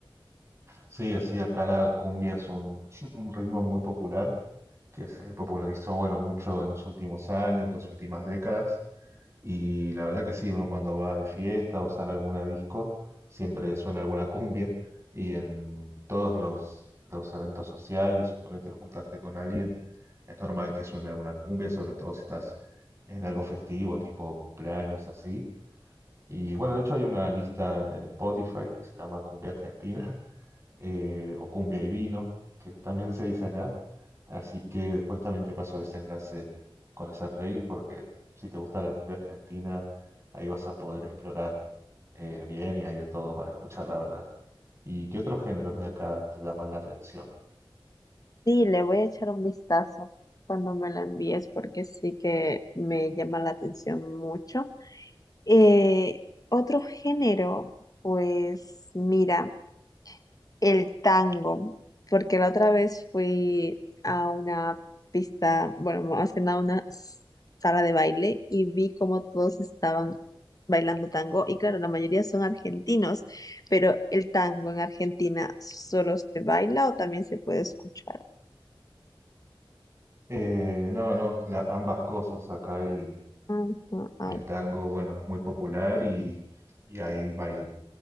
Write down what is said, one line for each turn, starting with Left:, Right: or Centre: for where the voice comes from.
Right: Sí, así acá la cumbia es un, <laughs> un ritmo muy popular que se popularizó bueno mucho en los últimos años, las últimas décadas Y la verdad que sí, uno cuando va de fiesta o sale a alguna disco, siempre suena alguna cumbia. Y en todos los, los eventos sociales, suponete juntarte con alguien, es normal que suene alguna cumbia, sobre todo si estás en algo festivo, tipo cumpleaños, así. Y bueno, de hecho hay una lista en Spotify que se llama Cumbia Argentina <laughs> eh, o Cumbia y Vino, que también se dice acá. Así que después también te paso ese enlace con esa playlist porque si te gusta la cumbia argentina, ahí vas a poder explorar eh, bien y hay de todo para escuchar, la verdad. ¿Y qué otros géneros de acá te llaman la atención?
Left: Sí, le voy a echar un vistazo cuando me la envíes porque sí que me llama la atención mucho. Eh, otro género, pues mira. El tango, porque la otra vez fui a una pista, bueno, más que nada una s- sala de baile y vi cómo todos estaban bailando tango y claro, la mayoría son argentinos, pero el tango en Argentina solo se baila o también se puede escuchar.
Right: Eh, no, no, la- ambas cosas. Acá el,
Left: Ujú, ah.
Right: el tango, bueno, es muy popular y, y hay bail-